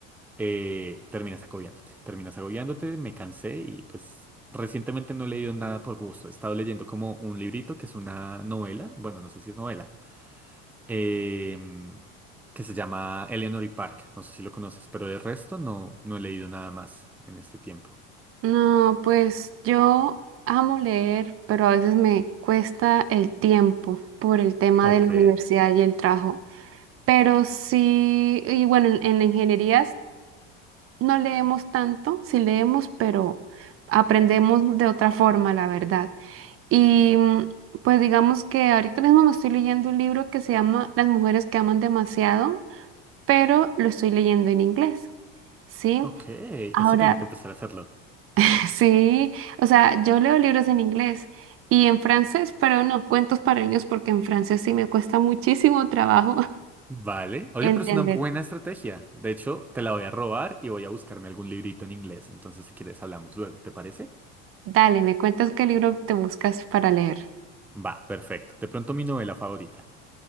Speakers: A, in the centre; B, on the right.
A: eh, terminas agobiándote. Terminas agobiándote, me cansé y pues recientemente no he leído nada por gusto. He estado leyendo como un librito que es una novela, bueno, no sé si es novela, em, que se llama Eleanor y Park. No sé si lo conoces, pero de resto no, no he leído nada más en este tiempo.
B: no, pues yo amo leer, pero a veces me cuesta el tiempo por el tema
A: Ok,
B: de la universidad y el trabajo. Pero sí, y bueno, en, en ingenierías no leemos tanto, sí leemos, pero aprendemos de otra forma, la verdad. Y mm, pues digamos que ahorita mismo me estoy leyendo un libro que se llama Las mujeres que aman demasiado, pero lo estoy leyendo en inglés, ¿sí?
A: ok, eso
B: Ahora,
A: tengo que empezar a hacerlo.
B: <laughs> sí, o sea, yo leo libros en inglés y en francés, pero no, cuentos para niños porque en francés sí me cuesta muchísimo trabajo
A: Vale. Oye,
B: <laughs> entender.
A: pero es una buena estrategia. De hecho, te la voy a robar y voy a buscarme algún librito en inglés. Entonces, si quieres, hablamos luego. ¿Te parece?
B: Dale, me cuentas qué libro te buscas para leer.
A: Va, perfecto. De pronto mi novela favorita.